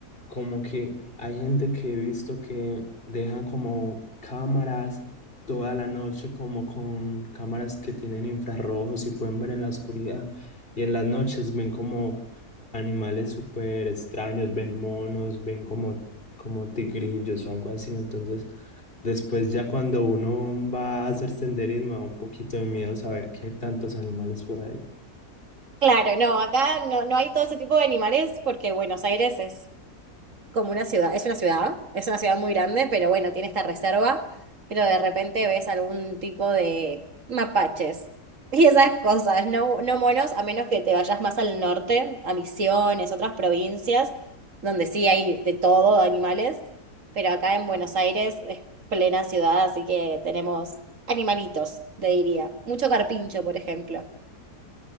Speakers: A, on the left; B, on the right.
A: como que hay gente que he visto que dejan como cámaras toda la noche, como con cámaras que tienen infrarrojos y pueden ver en la oscuridad. Y en las noches ven como animales súper extraños, ven monos, ven como, como tigrillos o algo así. Entonces, Después ya cuando uno va a hacer senderismo, da un poquito de miedo saber que hay tantos animales por ahí.
B: Claro, no, acá no, no hay todo ese tipo de animales porque Buenos Aires es como una ciudad, es una ciudad, es una ciudad muy grande, pero bueno, tiene esta reserva, pero de repente ves algún tipo de mapaches <laughs> y esas cosas, no, no monos, a menos que te vayas más al norte, a Misiones, otras provincias, donde sí hay de todo, de animales, pero acá en Buenos Aires es plena ciudad, así que tenemos animalitos, te diría. Mucho carpincho, por ejemplo.